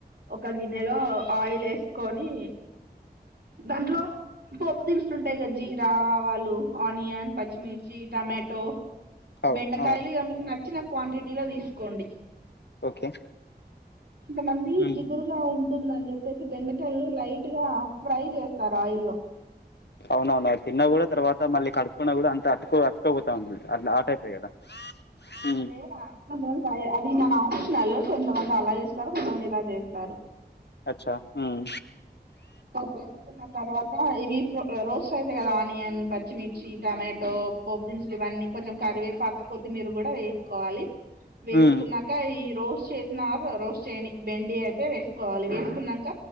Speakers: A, on the right; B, on the left.
A: ఒక గిన్నెలో ఆయిల్ ఏసుకొని దాంట్లో పోపు దినుసులు ఉంటాయి గా జీరా ఆవాలు ఆనియన్, పచ్చిమిర్చి, టామాటో
B: అవు
A: బెండకాయలు
B: ఆ
A: ఇగ మీకు నచ్చిన క్వాంటిటీలో తీసుకోండి
B: ఓకే
A: కొంతమంది
B: మ్మ్
A: జిగురుగా ఉంటుందని చెప్పేసి బెండకాయల్ను లైట్ ట్గా ఫ్రై చేస్తారు ఆయిల్లో
B: అవునవును అది తిన్నా కూడా తర్వాత మళ్ళీ కడుకున్నా కూడా అంత అటుకో అతుక్కపోతా ఉంది అట్ల ఆ టైపే కదా మ్మ్
A: అదే కొంతమందికి అది మన ఆప్షనల్ కొంతమందాల తారు కొంతమంది ఇలా చేస్తారు,
B: అచ్చా మ్మ్
A: చేసుకున్న తర్వాత ఇవి రో రోస్ట్ అయితై కదా ఆనియన్, పచ్చిమిర్చి టమాటో పోపుదినుసులు ఇవన్నీ కొంచెం కరివేపాకు కొత్తిమీరు కూడా వేసుకోవాలి వేసుకున్నాక
B: మ్మ్
A: ఈ రోస్ చేసినారు రోస్ట్ చేయని బెండి అయితే వేసుకోవాలి వేసుకున్నంక